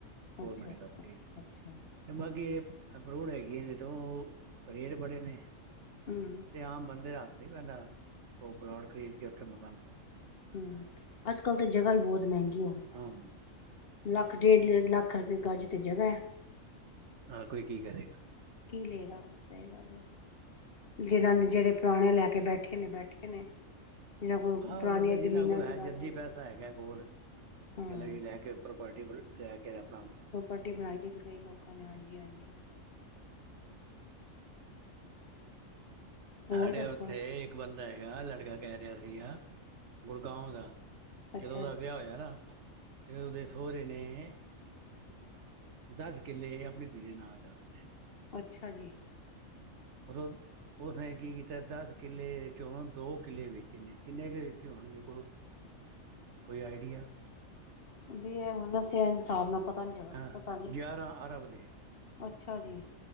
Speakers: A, on the right (about 60°); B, on the left (about 50°).
A: ਗੌਰਮੈਂਟ
B: ਅੱਛਾ
A: ਦਫ਼ ਹੀ
B: ਅੱਛਾ
A: ਬਾਕੀ ਅਪਰੂਵਡ ਹੈਗੀ ਆ ਜਦੋਂ ਉਹ ਰੇਟ ਬੜੇ ਨੇ
B: ਹਮ
A: ਤੇ ਆਮ ਬੰਦੇ ਹੱਥ ਨਹੀ ਪੈਂਦਾ ਉਹ ਪਲੋਟ ਖਰੀਦ ਕੇ ਉੱਥੇ ਮਕਾਨ
B: ਹਮ ਅੱਜ ਕੱਲ੍ਹ ਤਾਂ ਜਗ੍ਹਾ ਹੀ ਬਹੁਤ ਮਹਿੰਗੀ ਹੋ ਗਈਆਂ
A: ਹਾਂ
B: ਲੱਖ ਡੇਢ ਡੇਢ ਲੱਖ ਰੁਪਏ ਗੱਜ ਅਤੇ ਜਗ੍ਹਾ ਹੈ
A: ਆਹ ਕੋਈ ਕੀ ਕਰੇਗਾ
B: ਕੀ ਲਏਗਾ ਸਹੀ ਗੱਲ ਆ ਜਿਹੜ ਜਿਹੜੇ ਪੁਰਾਣੇ ਲੈ ਕੇ ਬੈਠੇ ਨੇ ਬੈਠੇ ਨੇ ਜਿਹਨਾਂ ਕੋਲ
A: ਆਹੋ
B: ਪੁਰਾਣੀਆਂ
A: ਮਲ
B: ਜ਼ਮੀਨਾਂ
A: ਜਿਹਨਾਂ ਕੋਲ ਹੈ
B: ਜਾਇਦਾਦ
A: ਜੱਦੀ
B: ਹੈਗੀਆਂ
A: ਪੈਸਾ
B: ਨੇ।
A: ਹੈਗਾ ਕੋਲ,
B: ਹਾਂ,
A: ਚਲੋ ਜੀ ਲੈ ਕੇ ਪ੍ਰੋਪਰਟੀ ਵ ਲੈ ਕੇ ਆਪਣਾ
B: ਪ੍ਰੋਪਰਟੀ ਬਣਾਈ ਪਈ ਕਈ ਲੋਕਾਂ ਨੇ ਹਾਂਜੀ- ਹਾਂਜੀ ਹੋਰ
A: ਸਾਡੇ
B: ਦੱਸੋ,
A: ਉੱਥੇ ਇੱਕ ਬੰਦਾ ਹੈਗਾ ਲੜਕਾ ਕਹਿ ਰਿਹਾ ਸੀਗਾ ਗੁੜਗਾਉ ਦਾ
B: ਅੱਛਾ
A: ਜਦੋਂ ਉਹਦਾ
B: ਜੀ,
A: ਵਿਆਹ ਹੋਇਆ ਨਾ ਫੇਰ ਉਹਦੇ ਸਹੁਰੇ ਨੇ। ਦੱਸ ਕਿੱਲੇ ਆਪਣੇ ਧੀ ਦੇ ਨਾਂ ਕਰਕੇ।
B: ਅੱਛਾ ਜੀ।
A: ਹੋਰ। ਉਸਨੇ ਕੀ ਕੀਤਾ ਦਸ ਕਿੱਲੇ ਚੋਂ ਦੋ ਕਿੱਲੇ ਵੇਚੇ ਨੇ, ਕਿੰਨੇ ਕੁ ਦੇ ਵੇਚੇ ਹੋਣਗੇ। ਕੋਈ ਆਈਡੀਆ।
B: ਵਧੀਆ ਬਸ ਇੰਝ ਸਾਬ ਨਾਲ ਪਤਾ। ਨੀ ਚੱਲ
A: ਹਾਂ,
B: ਪਤਾ ਨੀ,
A: ਗਿਆਰਾਂ ਆਰਾਂ ਵਜੇ।
B: ਅੱਛਾ ਜੀ।